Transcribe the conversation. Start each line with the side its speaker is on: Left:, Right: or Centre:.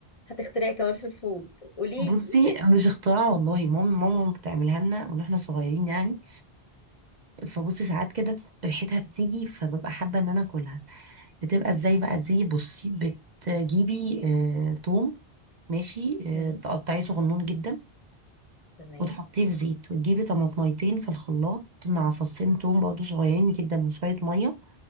Left: هتخترعي كمان في الفول قولي
Right: بصي
Left: لي
Right: مش اختراع والله ماما ماما بتعملها لنا واحنا صغيرين يعني فبصي ساعات كده ريحتها بتيجي فببقى حابة ان انا اكلها بتبقى ازاي بقى دي بصي بتجيبي آه، توم ماشي آه،
Left: مم.
Right: تقطعيه صغنون جدا
Left: تمام
Right: وتحطيه في زيت وتجيبي طماطميتين في الخلاط مع فصين توم برضه صغيرين جدا وشوية مية